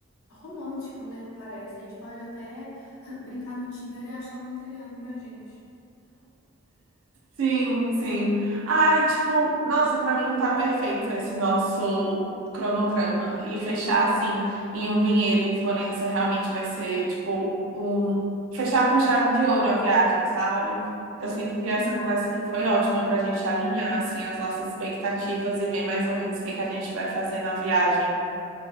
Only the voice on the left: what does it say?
romântico, né? Parece. A gente pode até <laughs> brincar no Tinder e achar um italiano pra gente.
Uhum.